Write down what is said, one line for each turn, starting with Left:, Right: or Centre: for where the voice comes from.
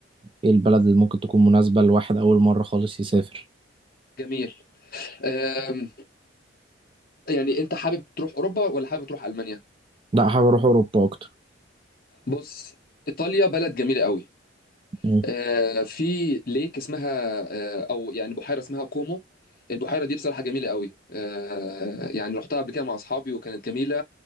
Right: إيه البلد اللي ممكن تكون مناسبة لواحد أول مرة خالص يسافر
Left: جميل آم، يعني انت حابب تروح اوروبا ولا حابب تروح المانيا
Right: لا حابب أروح أوروبا أكتر
Left: بص ايطاليا بلد جميله قوي
Right: مم.
Left: آه، في ليك اسمها آه، او يعني بحيره اسمها كومو البحيره دي بصراحه جميله قوي آه، يعني رحتها قبل كده مع اصحابي وكانت جميله